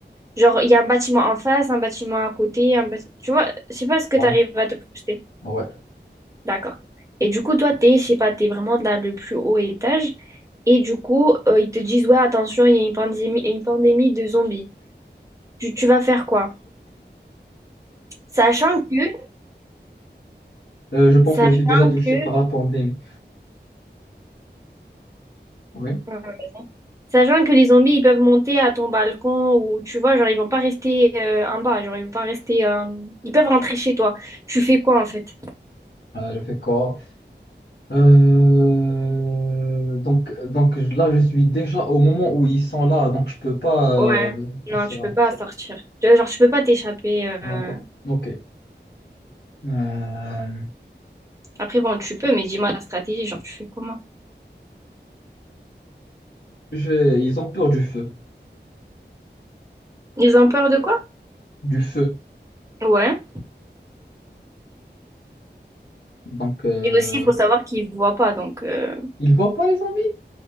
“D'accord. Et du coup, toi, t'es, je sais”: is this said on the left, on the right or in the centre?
Right